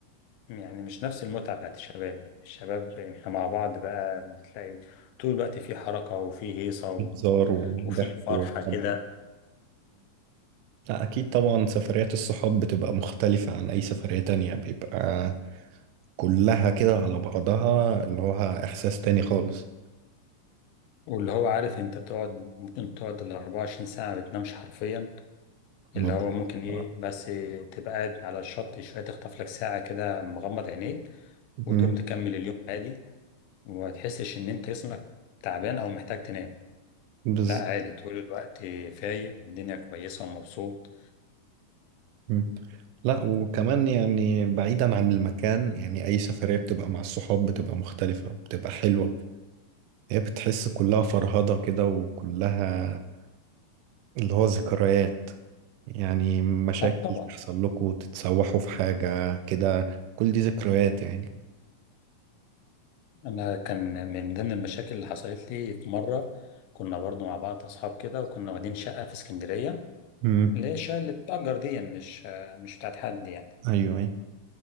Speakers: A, on the left; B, on the right.
A: يعني مش نفس المتعة بتاعت الشباب يعني الشباب احنا مع بعض بقى بتلاقي طول الوقت في حركة وفي هيصة و-
B: هزار وضحك
A: وفي فرحة
B: وحب.
A: كده
B: لا أكيد طبعا سفريات الصحاب بتبقى مختلفة عن أي سفرية تانية بيبقى كلها كده على بعضها اللي هو إحساس تاني خالص
A: واللي هو عارف انت تقعد ممكن تقعد ال 24 ساعة ما بتنامش حرفيا
B: هما
A: اللي
B: ب-
A: هو ممكن ايه
B: آه.
A: بس تبقى قاعد على الشط شوية تخطف لك ساعة كده مغمض عينيك
B: مم.
A: وتقوم تكمل اليوم عادي وما تحسش ان انت جسمك تعبان او محتاج تنام
B: بز...
A: لا عادي طول الوقت فايق والدنيا كويسة ومبسوط
B: مم. لا وكمان يعني بعيدا عن المكان يعني أي سفرية بتبقى مع الصحاب بتبقى مختلفة بتبقى حلوة هي بتحس كلها فرهضة كده وكلها اللي هو ذكريات يعني مشاكل
A: اه طبعا
B: تحصل لكم تتسوحوا في حاجة كده كل دي ذكريات يعني
A: انا كان من ضمن المشاكل اللي حصلت لي في مرة كنا برضو مع بعض اصحاب كده وكنا واخدين شقة في اسكندرية
B: مم.
A: اللي هي الشقة اللي بتتأجر دي مش مش بتاعت حد يعني
B: ايوه أيوه.